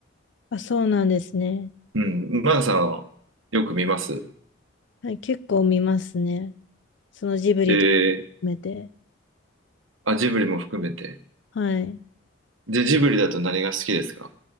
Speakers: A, on the left; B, on the right.
A: あ、そうなんですね。
B: うん、マナさんはよく見ます
A: はい、結構見ますね。そのジブリとか含めて。
B: ええあ、ジブリも含めて。
A: はい。
B: で、ジブリだと何が好きですか